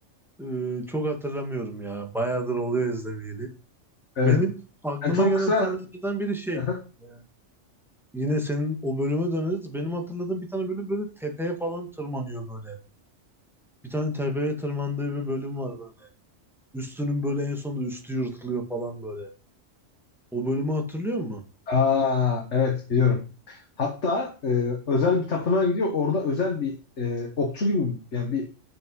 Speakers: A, in the centre; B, on the left.
A: Ee, çok hatırlamıyorum ya. Bayağıdır oluyor izlemeyeli.
B: Evet.
A: Benim aklıma
B: Yani çok
A: gelen
B: kısa.
A: sahnelerden biri şey.
B: <laughs>
A: e, Yine senin o bölüme döneriz. Benim hatırladığım bir tane bölüm böyle tepeye falan tırmanıyor böyle. Bir tane tepeye tırmandığı bir bölüm var böyle. Üstünün böyle en sonunda üstü yırtılıyor falan böyle. O bölümü hatırlıyor musun?
B: Aa, evet biliyorum. Hatta e, özel bir tapınağa gidiyor. Orada özel bir e, okçu gibi yani bir